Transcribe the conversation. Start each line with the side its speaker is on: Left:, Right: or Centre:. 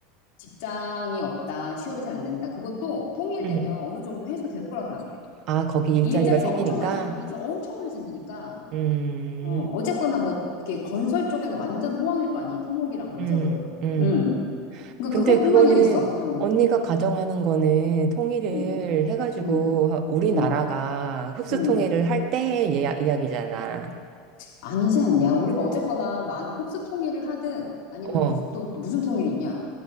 Left: 직장이 없다, 취업이 잘 안 된다. 그것도 통일되면
Right: 음.
Left: 어느 정도 해소될 거라고 생각해.
Right: 아, 거기 일자리가
Left: 일자리가
Right: 생기니까?
Left: 엄청 많이 생기, 이제 엄청 많이 생기니까,
Right: 음,
Left: 어, 어쨌거나 뭐, 이렇게 건설 쪽에는 완전 호황일 거 아니, 토목이랑 건설은.
Right: 음, 음.
Left: 음. 그러니까
Right: 근데
Left: 그것뿐만이겠어?
Right: 그거는
Left: 응,
Right: 언니가 가정하는 거는 통일을
Left: 응,
Right: 해가지고
Left: 응,
Right: 우리나라가
Left: 응,
Right: 흡수
Left: 응.
Right: 통일을 할 때의 이야- 이야기잖아.
Left: 아니지 않냐? 우리가 어쨌거나 많은 흡수 통일을 하든 아니면
Right: 어,
Left: 무슨 또, 또 무슨 통일이 있냐?